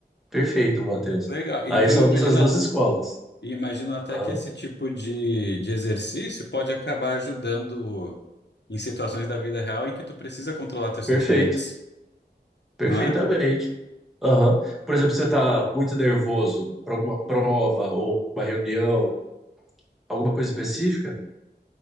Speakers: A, in the centre; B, on the left (about 80°).
A: perfeito, Matheus.
B: Legal. Então,
A: Aí são
B: imagina,
A: dessas duas escolas.
B: imagino até
A: Aham,
B: que esse tipo de, de exercício pode acabar ajudando em situações da vida real em que tu precisa controlar teus
A: perfeito,
B: sentimentos,
A: perfeitamente.
B: não é?
A: Aham. Por exemplo, você está muito nervoso para alguma prova ou uma reunião, alguma coisa específica,